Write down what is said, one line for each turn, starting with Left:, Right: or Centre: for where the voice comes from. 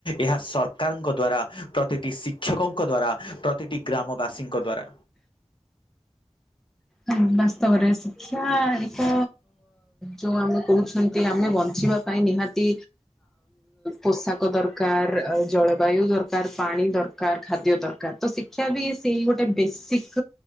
Left: ଏହା ସରକାରଙ୍କ ଦ୍ଵାରା ପ୍ରତିଟି ଶିକ୍ଷକଙ୍କ ଦ୍ଵାରା ପ୍ରତିଟି ଗ୍ରାମବାସୀଙ୍କ ଦ୍ଵାରା
Centre: ହୁଁ ବାସ୍ତବରେ ଶିକ୍ଷା ଏକ ଯୋଉ ଆମେ କହୁଛନ୍ତି ଆମେ ବଞ୍ଚିବା। ପାଇଁ ନିହାତି ପୋଷାକ ଦରକାର ଦର ଜଳବାୟୁ ଦରକାର ପାଣି ଦରକାର ଖାଦ୍ୟ ଦରକାର ତ ଶିକ୍ଷା ବି ସେଇ ଗୋଟେ ବେସିକ